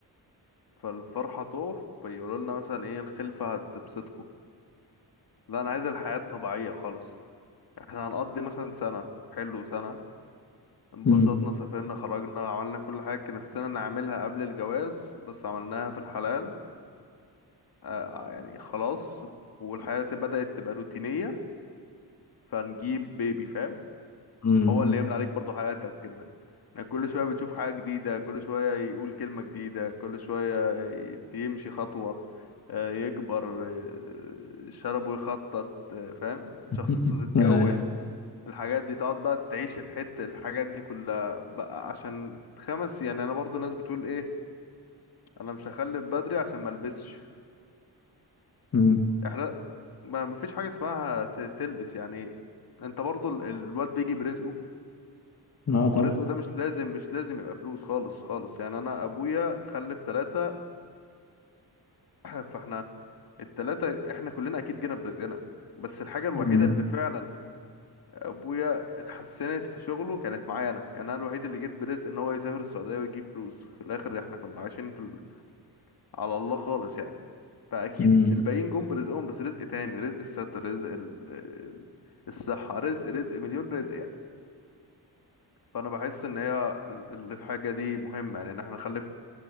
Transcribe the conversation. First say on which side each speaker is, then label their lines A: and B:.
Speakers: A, on the left; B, on the left.
A: فالفرحه تقف فيقولوا لنا مثلا ايه الخلفه هتبسطكم لا انا عايز الحياه الطبيعيه خالص احنا هنقضي مثلا سنه حلو سنه انبسطنا
B: امم
A: سافرنا خرجنا عملنا كل حاجه كان نفسنا نعملها قبل الجواز بس عملناها في الحلال آه آه، يعني خلاص والحياة بدأت تبقى روتينية فنجيب بيبي فاهم
B: امم
A: هو اللي يملى عليك برضو حياتك ان انك كل شوية بتشوف حاجة جديدة كل شوية يقول كلمة جديدة كل شوية يت- يمشي خطوة آه، يكبر آه، شربه يخطط آه، فاهم
B: <laughs>
A: شخصيته تتكون
B: ايوه
A: الحاجات دي تقعد بقى تعيش الحتة الحاجات دي كلها بقى عشان خمس يعني انا برضو ناس بتقول ايه انا مش هخلف بدري عشان ملبسش
B: امم
A: احنا ما مفيش حاجة اسمها ت- تلبس يعني انت برضو ال- الواد بيجي برزقه
B: اه طبعا
A: ورزقه ده مش لازم مش لازم يبقى فلوس خالص خالص يعني انا ابويا خلف ثلاثة <clears throat> فاحنا التلاتة احنا كلنا اكيد جينا برزقنا بس الحاجة الوحيدة
B: امم
A: اللي فعلا ابويا اتحسنت في شغله كانت معايا انا يعني انا الوحيد اللي جيت برزق ان هو يسافر السعودية ويجيب فلوس في الاخر احنا كنا عايشين في ال... على الله خالص يعني فاكيد
B: امم
A: الباقيين جم برزقهم بس رزق تاني رزق الستر رزق ال... ال- الصحة رزق رزق مليون رزق يعني فانا بحس ان هي ال- ال- الحاجة دي مهمة يعني ان احنا نخلف